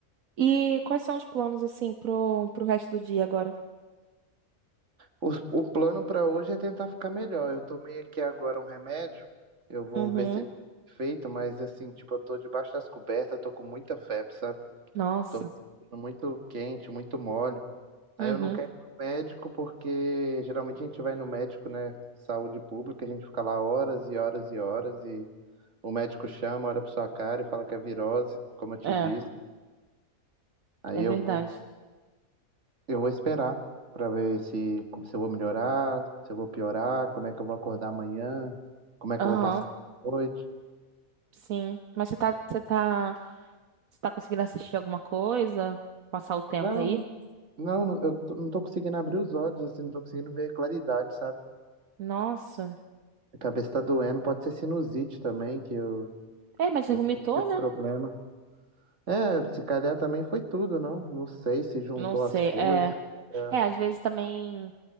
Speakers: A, on the right (about 75°); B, on the right (about 55°).
A: E quais são os planos, assim, pro, pro resto do dia agora?
B: O, o plano para hoje é tentar ficar melhor. Eu tomei aqui agora um remédio. Eu vou
A: Uhum.
B: ver se ele tá feito, mas assim, tipo, eu tô debaixo das cobertas, tô com muita febre, sabe?
A: Nossa.
B: Tô me sentindo muito quente, muito mole. Aí
A: Uhum.
B: eu não quero ir no médico porque geralmente a gente vai no médico, né? Saúde pública, a gente fica lá horas e horas e horas e o médico chama, olha pra sua cara e fala que é virose, como eu te
A: É,
B: disse. Aí
A: é
B: eu
A: verdade.
B: vou, eu vou esperar pra ver se, se eu vou melhorar, se eu vou piorar, como é que eu vou acordar amanhã, como é que
A: Aham.
B: eu vou passar a noite.
A: Sim. Mas você tá, você tá, você tá conseguindo assistir alguma coisa? Passar o tempo
B: Não,
A: aí?
B: não, não, não, eu tô- não tô conseguindo abrir os olhos, assim, não tô conseguindo ver claridade, sabe?
A: Nossa.
B: A cabeça tá doendo, pode ser sinusite também, que eu,
A: É, mas você
B: eu
A: vomitou,
B: sempre tive
A: né?
B: problema. É, se calhar também foi tudo, não? Não sei se juntou
A: Não sei.
B: as coisas.
A: É,
B: É.
A: é às vezes também,